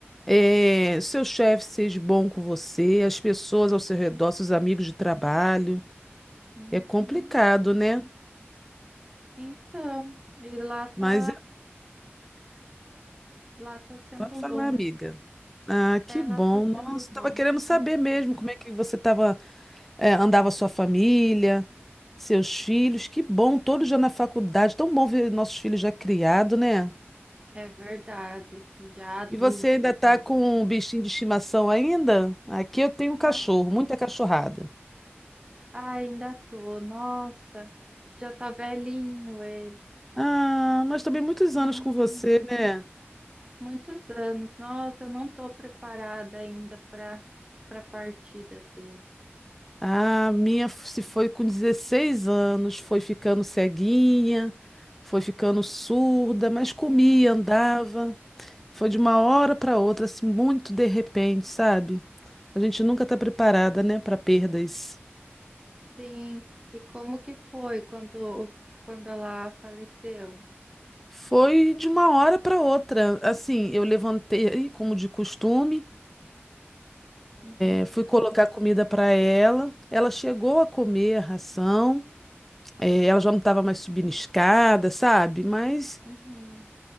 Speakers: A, in the centre; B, on the right.
A: eh, seu chefe seja bom com você, as pessoas ao seu redor, seus amigos de trabalho.
B: Uhum.
A: É complicado, né?
B: Então, e lá tá,
A: Mas é-
B: lá tá sendo
A: pode falar,
B: bom.
A: amiga. Ah, que
B: É, lá
A: bom.
B: tá sendo
A: Nossa, estava
B: bom.
A: querendo saber
B: Hum,
A: mesmo como é que você tava, eh, andava a sua família, seus filhos. Que bom, todos já na faculdade. Tão bom ver nossos filhos já criados, né?
B: é verdade. Já adultos,
A: E você ainda tá
B: né?
A: com um bichinho de estimação ainda? Aqui eu tenho um
B: Ah,
A: cachorro, muita cachorrada.
B: ah, ainda tô. Nossa, já tá velhinho ele.
A: Ah, mas também muitos
B: Uhum.
A: anos com você, né?
B: Muitos anos. Nossa, eu não tô preparada ainda para para partida dele.
A: Ah, a minha f- se foi com 16 anos, foi ficando ceguinha, foi ficando surda, mas comia,
B: Hum,
A: andava. Foi de uma hora para outra, assim, muito de repente, sabe? A gente nunca tá preparada, né, para perdas.
B: sim. E como que foi quando quando ela faleceu?
A: Foi de uma hora para outra. Assim, eu levantei, como de costume,
B: Uhum,
A: É, fui colocar comida para ela. Ela chegou a comer a ração. É, ela já não estava mais subindo escada, sabe? Mas
B: uhum.